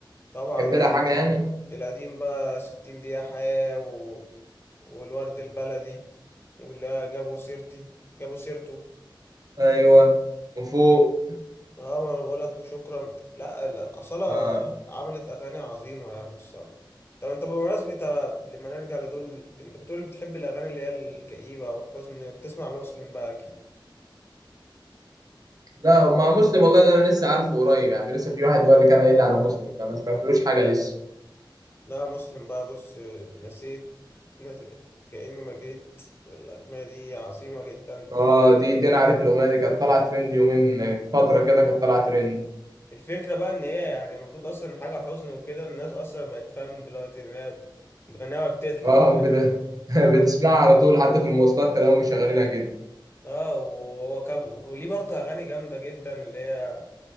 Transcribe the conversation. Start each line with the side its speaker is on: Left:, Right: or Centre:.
Left: طبعا
Right: تحب
Left: القديم
Right: لها حاجه يعني
Left: القديم بقى ستين دقيقة حياة و... والورد البلدي واللي جابوا سيرتي جابوا سيرته
Right: ايوه وفوق
Left: اه ما انا بقول لك وشكرا لا لا، أصالة
Right: آه.
Left: عملت أغاني عظيمة يعني الصراحة طب انت بمناسبة آه، لما نرجع لدول انت بتقول بتحب الأغاني اللي هي الكئيبة أو الحزن بتسمع مسلم بقى أكيد
Right: لا مع مسلم والله ده انا لسه عارفه قريب يعني لسه في واحد هو اللي كان قايل لي على مسلم ده ما سمعتلوش حاجه لسه
Left: لا مسلم بقى بص آه، اتنسيت نز- كأني ما جيت الأغنية دي عظيمة جدا
Right: اه دي دي انا عارف الاغنيه دي كانت طالعه ترند يومين فتره كده كانت طالعه ترند
Left: الفكرة بقى إن هي يعني المفروض أصلا حاجة حزن وكده الناس أصلا بقت فاهم دلوقتي إن هي بتغنيها وبتضحك
Right: اه بت... <laughs> بتسمعها على طول حتى في المواصلات تلاقيهم مشغلينها كده
Left: اه وهو كاب وليه برضه أغاني جامدة جدا اللي هي